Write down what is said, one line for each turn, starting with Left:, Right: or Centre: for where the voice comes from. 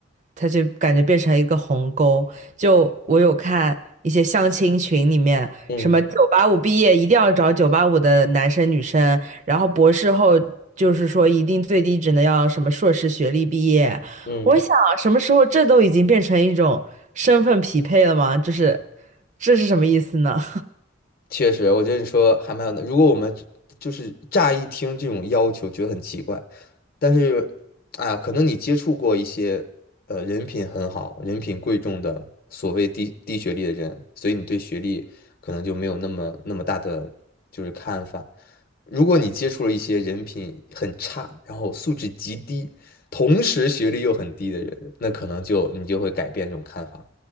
Right: 他就感觉变成一个鸿沟。就我有看一些相亲群里面，
Left: 嗯
Right: 什么九八五毕业一定要找九八五的男生女生，然后博士后就是说一定最低只能要什么硕士学历毕业。
Left: 嗯，
Right: 我想什么时候这都已经变成一种身份匹配了吗？就是这是什么意思呢？
Left: 确实，我觉得你说还蛮有的。如果我们就是乍一听这种要求，觉得很奇怪，但是，哎呀，可能你接触过一些呃人品很好、人品贵重的所谓低低学历的人，所以你对学历可能就没有那么那么大的就是看法。如果你接触了一些人品很差，然后素质极低，同时学历又很低的人，那可能就你就会改变这种看法。